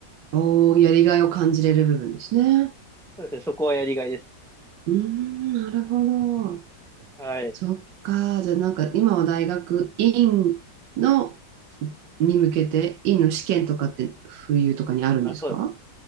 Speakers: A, on the right (about 80°); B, in the centre.
A: おお、やりがいを感じれる部分ですね。
B: そうですね、そこはやりがいです。
A: うーん、なるほど。
B: はい。
A: そっか。じゃあなんか今は大学院のに向けて、院の試験とかって冬とかにあるんですか
B: あ、そう、